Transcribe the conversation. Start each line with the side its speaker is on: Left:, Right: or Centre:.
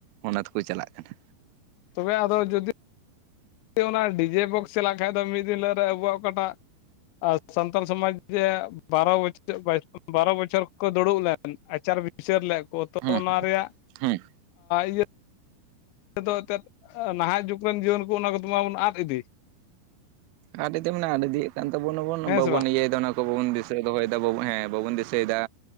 Right: ᱚᱱᱟ ᱛᱮᱠᱚ ᱪᱟᱞᱟᱜ ᱠᱟᱱᱟ᱾
Left: ᱛᱚᱵᱮ ᱟᱫᱚ ᱡᱚᱫᱤ ᱚᱱᱟ ᱰᱤᱡᱮ ᱵᱚᱠᱥ ᱪᱟᱞᱟᱜ ᱠᱷᱟᱱ ᱫᱚ ᱢᱤᱫ ᱫᱤᱱ ᱦᱤᱞᱳ ᱟᱵᱚᱣᱟᱜ ᱚᱠᱟᱴᱟᱜ ᱟᱨ ᱥᱟᱱᱛᱟᱞ ᱥᱚᱢᱟᱡᱽ ᱵᱟᱨᱚ ᱵᱚᱪᱷᱚᱨ ᱵᱟᱨᱚ ᱵᱚᱪᱷᱚᱨ ᱠᱚ ᱫᱩᱲᱩᱵ ᱞᱮᱱ ᱟᱪᱟᱨ ᱵᱤᱪᱟᱹᱨ ᱞᱮᱜ ᱠᱚ ᱛᱚ
Right: ᱦᱩᱸ
Left: ᱚᱱᱟ ᱨᱮᱭᱟᱜ
Right: ᱦᱩᱸ
Left: ᱤᱭᱟᱹ ᱫᱚ ᱮᱱᱛᱮᱫ ᱱᱟᱦᱟᱜ ᱡᱩᱜᱽ ᱨᱮᱱ ᱡᱤᱣᱟᱹᱱ ᱠᱚ ᱚᱱᱟ ᱠᱚᱫᱚ ᱢᱟᱵᱚᱱ ᱟᱫ ᱤᱫᱤ᱾
Right: ᱟᱫ ᱤᱫᱤ ᱢᱟᱱᱮ ᱟᱫ ᱤᱫᱤᱭᱮᱫ ᱠᱟᱱ ᱛᱟᱵᱚᱱᱟᱵᱚᱱ
Left: ᱦᱮᱸ
Right: ᱵᱟᱵᱚᱱ
Left: ᱥᱮ ᱵᱟᱝ
Right: ᱤᱭᱟᱹᱭᱮᱫᱟ ᱚᱱᱟ ᱵᱟᱵᱚᱱ ᱫᱤᱥᱟᱹ ᱫᱚᱦᱚᱭ ᱮᱫᱟ ᱦᱮ ᱵᱟᱵᱚᱱ ᱫᱤᱥᱟᱹᱭ ᱮᱫᱟ